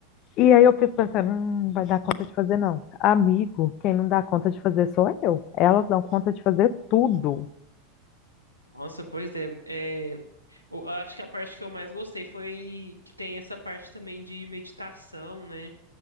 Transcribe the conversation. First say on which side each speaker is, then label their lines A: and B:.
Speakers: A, on the left; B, on the left.
A: E aí eu fico pensando, hum, não vai dar conta de fazer não. Amigo, quem não dá conta de fazer sou eu. Elas dão conta de fazer tudo.
B: Nossa, pois é, é. O- Acho que a parte que eu mais gostei foi que tem essa parte também de meditação, né?